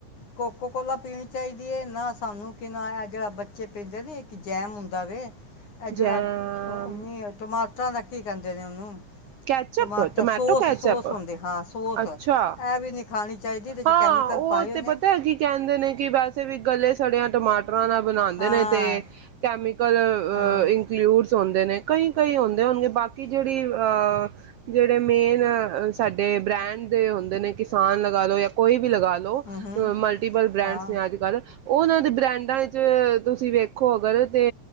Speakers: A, on the left (about 70°); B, on the right (about 75°).
A: ਕੋਕੋ ਕੋਲਾ ਪੀਣੀ ਚਾਹੀਦੀ ਨਾ ਸਾਨੂੰ ਕਿ ਨਾ ਜਿਹੜਾ ਬੱਚੇ ਪੈਂਦੇ ਨੀ ਇੱਕ ਜੈਮ ਹੁੰਦਾ ਵੇ ਇਹ ਜਿਹੜਾ
B: ਜੈਮ
A: <unintelligible> ਟਮਾਟਰਾਂ ਦਾ ਕੀ ਕੇਂਦੇ ਨੇ ਉਹਨੂੰ
B: ਕੈਚਅਪ
A: ਟਮਾਟਰ
B: ਟੋਮੈਟੋ
A: ਸੋਸ
B: ਕੈਚਅਪ।
A: ਸੋਸ ਹੁੰਦੇ ਹਾਂ ਸੋਸ
B: ਅੱਛਾ,
A: ਇਹ ਵੀ ਨਹੀਂ ਖਾਣੀ ਚਾਹੀਦੀ ਇਹਦੇ ਚ
B: ਹਾਂ
A: ਕੈਮੀਕਲ
B: ਉਹ
A: ਪਾਏ
B: ਤੇ
A: ਹੋਏ ਨੇ
B: ਪਤੈ ਕੀ ਕਹਿੰਦੇ ਨੇ ਕਿ ਵੈਸੇ ਗੱਲੇ ਸੜਿਆ ਟਮਾਟਰ ਨਾਲ ਬਣਾਂਦੇ
A: ਹਾਂ
B: ਨੇ ਤੇ ਕੈਮੀਕਲ
A: ਹਾਂ
B: ਇਨਕਲੁੜ <unintelligible> ਨੇ ਕਈ ਕਈ ਹੁੰਦੇ ਹੋਣਗੇ ਬਾਕੀ ਜਿਹੜੀ ਅ ਜਿਹੜੇ ਮੇਨ ਸਾਡੇ ਬ੍ਰੈਂਡ ਦੇ ਹੁੰਦੇ ਨੇ ਕਿਸਾਨ ਲਗਾ ਲਓ ਜਾਂ ਕੋਈ ਵੀ ਲਗਾ ਲਓ
A: ਹੂੰ ਹੂੰ
B: ਮਲਟੀਪਲ ਬ੍ਰੈਂਡਸ
A: ਹਾਂ
B: ਨੇ ਅੱਜ-ਕੱਲ੍ਹ। ਉਹਨਾਂ ਦੇ ਬ੍ਰੈਂਡਾਂ ਚ ਤੁਸੀਂ ਵੇਖੋ ਅਗਰ ਤੇ